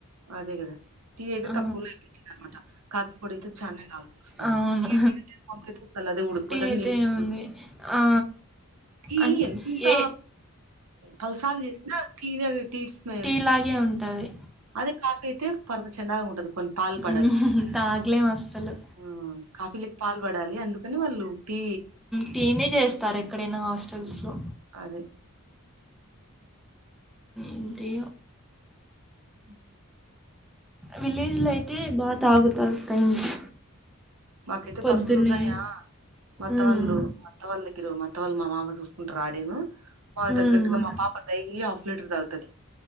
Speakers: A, on the right; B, in the centre.
A: అదే కదా టీ అయితే
B: ఆ,
A: తక్కువలో అయిపోతది అనమాట కాఫి పొడి అయితే చాలా కావల్సి వస్తది
B: అవును
A: టీ పొడి అయితే ప అల్దే ఉడుకుపోతు
B: టీ
A: అది
B: అయితే
A: నిల్పో
B: ఏముంది ఆ,
A: ఈ
B: అన్
A: ఎంత
B: ఏ
A: కల్సాగ జతే తీన తీర్స్ మ
B: ఇలాగే ఉంటది
A: అది కాఫీ అయితే పరమచండాలం ఉంటదు కొన్ని పాలు పడాలి
B: ఉమ్,
A: కద
B: తాగలేం అస్సలు
A: ఆ కాఫీలకి పాలు పడాలి అందుకని వాళ్ళు టీ
B: టీనే చేస్తారు ఎక్కడైనా హాస్టల్స్లో
A: హ్మ్. అదే
B: ఇంటీ
A: ఉ
B: విలేజ్లో అయితే బా తాగుతారు టైంకి
A: అ మాకైతే
B: పొద్దున్నే
A: పశులు ఉన్నాయా మత్త
B: ఉమ్,
A: వాళ్ళు మత్త వాళ్ళ దగ్గర మ తత్త వాళ్ళు మా మామ చూసుకుంట ఆడెను వా
B: ఉమ్.
A: తగ్గట్టుగా మా పాప డైలీ హాఫ్ లీటర్ తాగుతాది